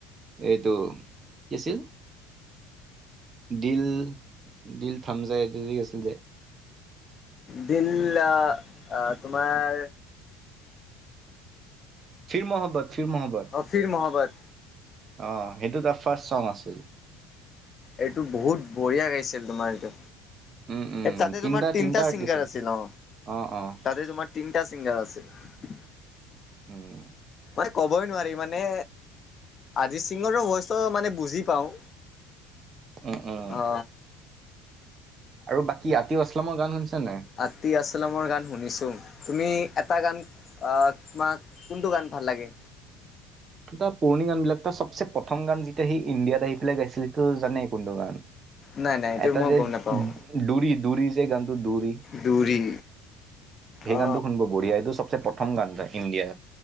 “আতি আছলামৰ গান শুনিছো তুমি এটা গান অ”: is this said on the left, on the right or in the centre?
Left